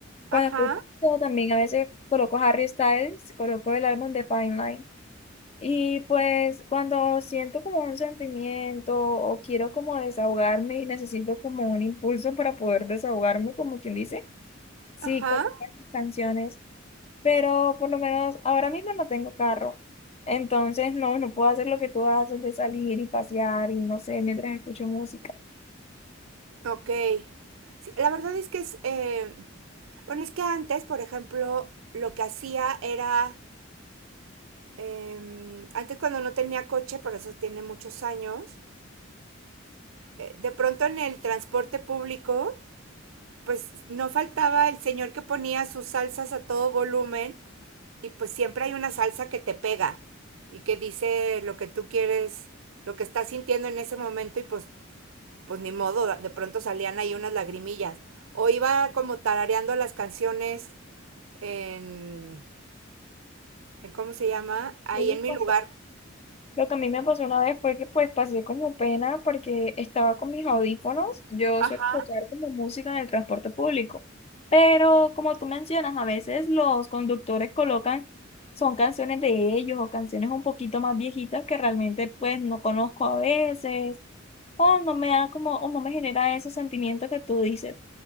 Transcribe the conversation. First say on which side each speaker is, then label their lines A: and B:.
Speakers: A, on the left; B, on the right.
A: Cuando
B: Ajá,
A: estoy triste también a veces coloco Harry Styles, coloco el álbum de Fine Line. Y pues cuando siento como un sentimiento o quiero como desahogarme y necesito como un impulso para poder desahogarme, como quien dice, sí,
B: ajá,
A: coloco esas canciones pero por lo menos ahora mismo no tengo carro. Entonces, no, no puedo hacer lo que tú haces de salir y pasear y no sé, mientras escucho música.
B: ok. Sí, la verdad es que es, eh, bueno, es que antes, por ejemplo, lo que hacía era, em, antes cuando no tenía coche, por eso tiene muchos años, eh, de pronto en el transporte público, pues no faltaba el señor que ponía sus salsas a todo volumen y pues siempre hay una salsa que te pega y que dice lo que tú quieres, lo que estás sintiendo en ese momento y pues pues ni modo, de pronto salían ahí unas lagrimillas. O iba como tarareando las canciones en, en ¿cómo se llama? Ahí
A: Sí, me
B: en mi
A: pasó.
B: lugar.
A: Lo que a mí me pasó una vez fue que pues pasé como pena porque estaba con mis audífonos. Yo
B: Ajá.
A: suelo escuchar como música en el transporte público. Pero como tú mencionas, a veces los conductores colocan, son canciones de ellos o canciones un poquito más viejitas que realmente pues no conozco a veces o no me da como, o no me genera ese sentimiento que tú dices.